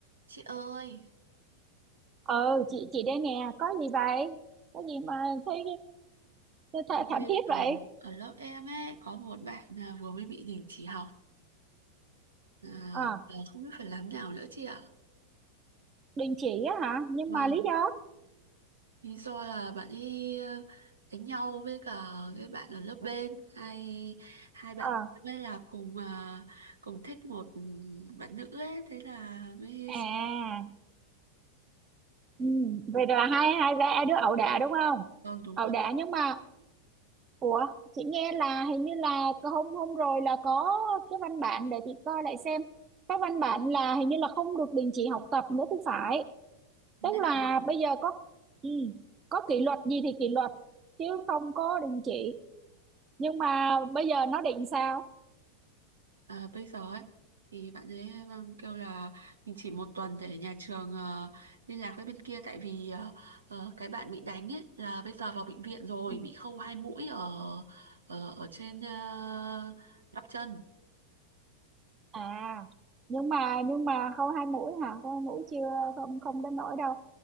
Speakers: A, on the right (about 70°); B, on the right (about 25°).
A: Chị ơi,
B: ừ chị chị đây nè có gì vậy có gì mà thấy th th
A: tôi
B: thảm thiết
A: ở,
B: vậy
A: ở lớp em ấy có một bạn là vừa mới bị đình chỉ học à,
B: ờ
A: là không biết phải làm nào nữa chị ạ.
B: đình chỉ á hả nhưng
A: Vâng,
B: mà lý do
A: lý do là bạn ấy ờ, đánh nhau với cả cái bạn ở lớp bên hai hai bạn
B: ờ
A: mới là cùng à, cùng thích một ừ, bạn nữ ấy thế là mới
B: à ừ. vậy là hai hai ba đứa ẩu đả đúng không
A: vâng đúng
B: ẩu
A: rồi
B: đả nhưng mà ủa chị nghe là hình như là hôm hôm rồi là có cái văn bản để chị coi lại xem cái văn bản là hình như là không được đình chỉ học tập nữa thì phải tức
A: thế là
B: là bây giờ có ừ, có kỷ luật gì thì kỷ luật chứ không có đình chỉ nhưng mà bây giờ nó định sao
A: À, bây giờ ấy thì bạn ấy ờ, vâng, kêu là mình chỉ một tuần để nhà trường ờ, liên lạc với bên kia tại vì ờ, ờ, cái bạn bị đánh ấy là bây giờ vào bệnh viện rồi
B: Ừ.
A: bị khâu hai mũi ở ở, ở trên ờ, bắp chân
B: à nhưng mà nhưng mà khâu hai mũi hả khâu hai mũi chưa không không đến nỗi đâu